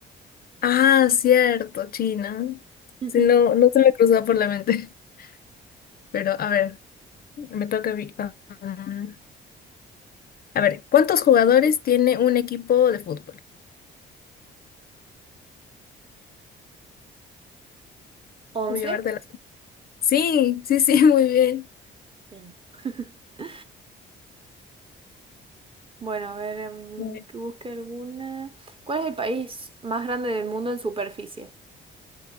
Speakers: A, on the left; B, on the right.
A: Ah, cierto, China.
B: <laughs>
A: Sí, no, no se me cruzaba por la mente. <laughs> Pero, a ver, me toca a mí. Ah, mm. a ver, ¿cuántos jugadores tiene un equipo de fútbol?
B: ¿Once?
A: Voy a llevarte la... Sí, sí, sí, <laughs> muy bien.
B: Bien. <laughs> Bueno, a ver, em,
A: Muy bien.
B: que busque alguna. ¿Cuál es el país más grande del mundo en superficie?